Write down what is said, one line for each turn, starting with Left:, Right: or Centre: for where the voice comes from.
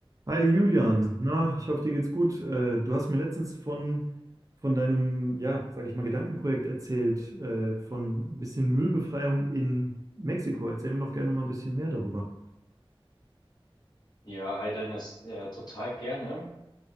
Right: Hi Julian, na, ich hoffe, dir geht's gut. Äh, du hast mir letztens von, von deinem, ja, sag ich mal, Gedankenprojekt erzählt, äh, von ein bisschen Müllbefreiung in Mexiko. Erzähl mir doch gerne mal ein bisschen mehr darüber.
Left: Ja, hi Dennis, äh, total gerne.